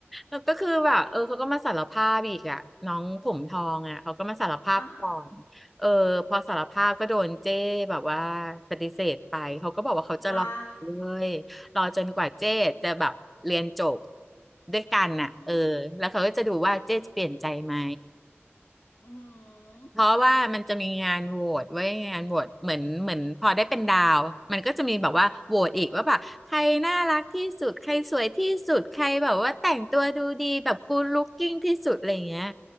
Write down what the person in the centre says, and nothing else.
แล้วก็คือแบบเออเขาก็มาสารภาพอีกอะน้องผมทองอะเขาก็มาสารภาพก่อนเออพอสารภาพก็โดนเจ้แบบว่า
ปฏิเสธไปเขาก็บอกว่าเขาจะรอเลยรอจนกว่าเจ้จะแบบเรียนจบ
ด้วยกันน่ะเออแล้วเขาก็จะดูว่าเจ้จะเปลี่ยนใจไหม
เพราะว่ามันจะมีงานโหวตไว้ยงานโหวตเหมือนเหมือนพอได้เป็นดาวมันก็จะมีแบบว่าโหวตอีกว่าแบบใครน่ารักที่สุดใครสวยที่สุดใครแบบว่าแต่งตัวดูดีแบบกู o ล looking ที่สุดอะไรเงี้ย